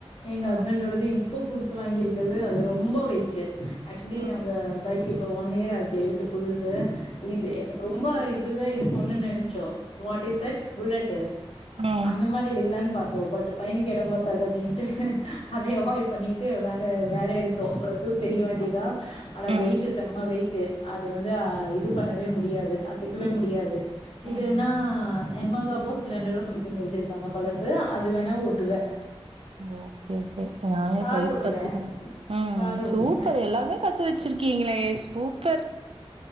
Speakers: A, on the left; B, on the right.
A: எங்க
B: ம்
A: ஹஸ்பண்டோடது இம் இப்போ புதுசு வாங்கிருக்கறது அது ரொம்போ வெயிட்டு ஏக்சுலி
B: ம்
A: நாங்க பைக் இப்போ ஒன் இயர் ஆச்சு எடுத்து புதுஸ் இது எனக் ரொம்ப இதுதா எடுக்குனு நெனச்சோ வாட் இஸ் தட் புல்லட்டு
B: ம்
A: அந்த மாதரி எடுக்கலான் பாத்தோ பட் பையனுக்கு இடம் பாத்தாது அப்டின்னுட்டு அதை அவாய்ட் பண்ணிட்டு வேற வேற எடுத்தோ இதூ பெரிய வண்டிதா
B: அது
A: ஆனா
B: ம்
A: வெயிட் செம்ம வெயிட்டு அது வந்து் இது பண்ணவே முடியாது அசைக்கவே முடியாது இதுன்னா
B: ம்
A: எமகாவோ ஸ்பளெண்டரோ சம்திங் வெச்சிருக்காங்க பழசு அது வேணா ஓட்டுவே
B: ஓகே ஓகே நானே
A: கார்
B: பைக்
A: ஓட்டுவே
B: கத்துக்கணு ம்
A: கார் ஓட்டுவே
B: சூப்பர் எல்லாமே கத்து வெச்சிருக்கீங்ளே சூப்பர்